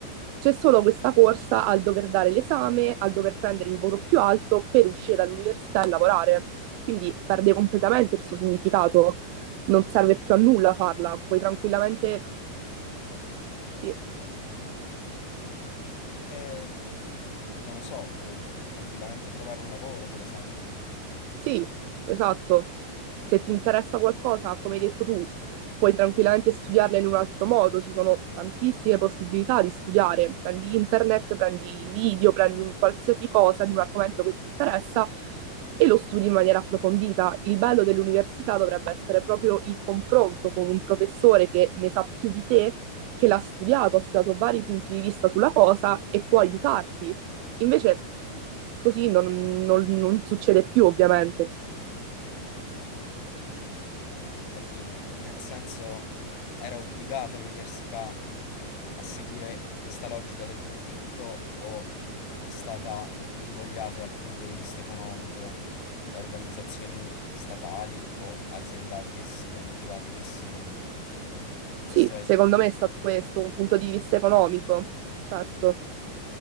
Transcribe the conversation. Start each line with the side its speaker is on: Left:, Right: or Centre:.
Right: c'è solo questa corsa al dover dare l'esame, al dover prendere il voto più alto per uscire dall'università e lavorare. Quindi perde completamente il suo significato non serve più a nulla farla, puoi tranquillamente
Left: D'accordo,
Right: sì,
Left: puoi tranquillamente... Eh, non lo so, puoi tranquillamente trovare un lavoro, per esempio.
Right: Sì, esatto. Se ti
Left: Non,
Right: interessa qualcosa, come hai detto tu, puoi tranquillamente studiarla in un altro modo. Ci sono tantissime possibilità di studiare. Prendi internet, prendi video, prendi un qualsiasi cosa di un argomento che ti interessa e lo studi in maniera approfondita. Il bello dell'università dovrebbe essere proprio il confronto con un professore che ne sa più di te, che l'ha studiato, ha studiato vari punti di vista sulla cosa e può aiutarti. Invece così non, non- non succede più, ovviamente.
Left: Io mi chiedo il perché alla fine, nel senso era obbligata l'università a seguire questa logica del profitto o è stata invogliata dal punto di vista economico da organizzazioni statali o aziendali che siano, private che siano? Questo
Right: Sì,
Left: è il...
Right: secondo me è stato questo, un punto di vista economico, certo.